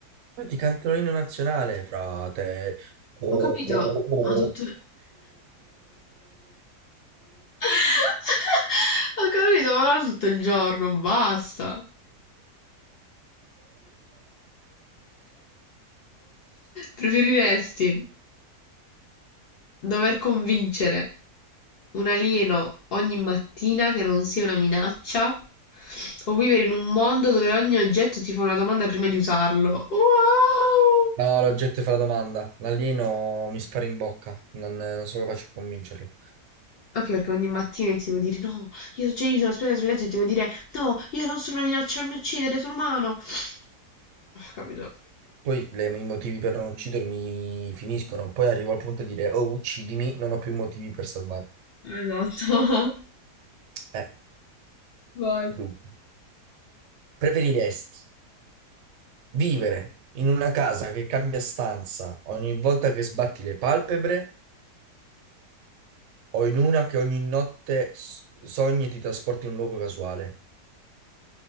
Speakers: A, on the right (about 65°); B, on the left (about 85°).
A: poi ti canto l'inno nazionale, frate. No,
B: Ho capito, ma tutto... <laughs> Ho capito, ma non tutto il giorno, basta. Preferiresti dover convincere un alieno ogni mattina che non sia una minaccia o vivere in un mondo dove ogni oggetto ti fa una domanda prima di usarlo? Wow!
A: l'oggetto fa la domanda. L'alieno mi spara in bocca. Non, non sono capace a convincerlo.
B: Anche perché ogni mattina ti devo dire no, io, cioè, io mi sono appena svegliato e ti devo dire no, io non sono una minaccia, non mi uccidere, sono umano. <laughs> Ah, Capito?
A: Poi le- i motivi per non uccidermi finiscono, poi arrivo al punto di dire, oh, uccidimi, non ho più motivi per salvare.
B: Esatto.
A: Eh,
B: <laughs>
A: dunque,
B: Vai.
A: preferiresti vivere in una casa che cambia stanza ogni volta che sbatti le palpebre o in una che ogni notte s- sogni e ti trasporti in un luogo casuale?